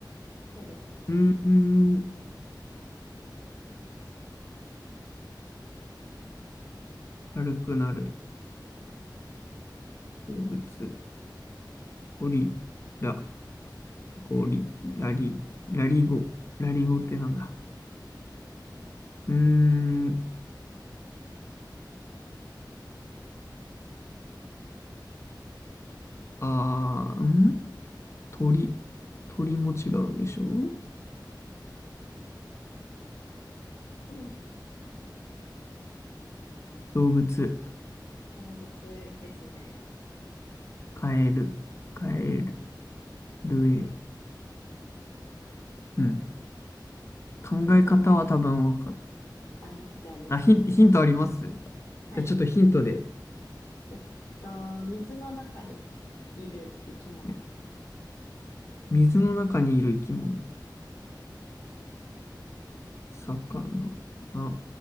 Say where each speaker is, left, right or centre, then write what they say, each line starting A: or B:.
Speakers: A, on the left; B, on the left.
A: そうですね。
B: う。うーん。軽くなる動物。ゴリラ、ゴリ、ラリ、ラリゴ。ラリゴってなんだ。うーん、あー、ん鳥。鳥も違うでしょ
A: <laughs> うん
B: 動物。
A: 動物ですね。
B: カエル、カエル、ルエ。うん。考え方は多分わかっ
A: ヒントもありっちゃあります。
B: あ、ヒン、ヒントありますじ
A: はい。
B: ゃあちょっとヒントで。
A: えっと、水の中にいる生き物ですね。
B: はい水の中にいる生き物。魚、な、